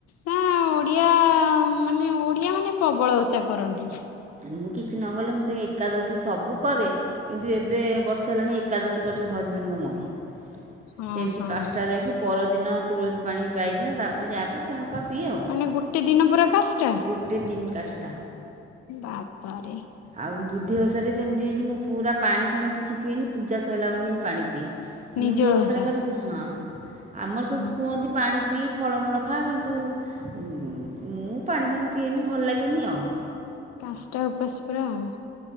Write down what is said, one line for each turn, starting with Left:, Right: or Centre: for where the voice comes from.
Left: ନା ଓଡ଼ିଆ ମାନେ ଓଡ଼ିଆ ମାନେ ପ୍ରବଳ ଓଷା କରନ୍ତି।
Right: ମୁଁ କିଛି ନକଲେ ମୁଁ ସେଇ ଏକାଦଶୀ ସବୁ କରେ କିନ୍ତୁ ଏବେ ବର୍ଷା ହେଲାଣି ଏକାଦଶୀ କରୁଚୁ ହଜବେଣ୍ଡଙ୍କ ମୋର।
Left: ହଁ
Right: ସେମିତି
Left: ହଁ
Right: କାଷ୍ଟା ରହିକି ପରଦିନ ତୁଳସୀ ପାଣି ପାଇକିନା ତାପରେ ଯାହାପି ଚାହାଫାହା ପିଏ ଆଉ।
Left: <unintelligible> ଗୋଟେ ଦିନ ପୁରା କାଷ୍ଟା?
Right: ଗୋଟେ ଦିନ କାଷ୍ଟା।
Left: ବାବାରେ।
Right: ଆଉ ବୁଧେଇ ଓଷାରେ ସେମିତି ହେଇଛି ମୁଁ ପୁରା ପାଣି ଫାଣି କିଛି ପିଏନି ପୂଜା ସରିଲା ପରେ ଜାଇଁକି ପାଣି ପିଏ।
Left: ନିଜଳ
Right: ମୁଁ ଯୋଉ ଓଷାଟେ
Left: ଓଷା
Right: କରେ ହଁ ଆମର
Left: ହଁ
Right: ସବୁ କୁହନ୍ତି ପାଣି ପିଇ ଫଳମୂଳ ଖା କିନ୍ତୁ ଉଁ ମୁଁ ପାଣି ଫାଣି ପିଏନି ଭଲ ଲାଗେନି ଆଉ।
Left: କାଷଷ୍ଟା ଉପାସ ପୁରା ଆଉ।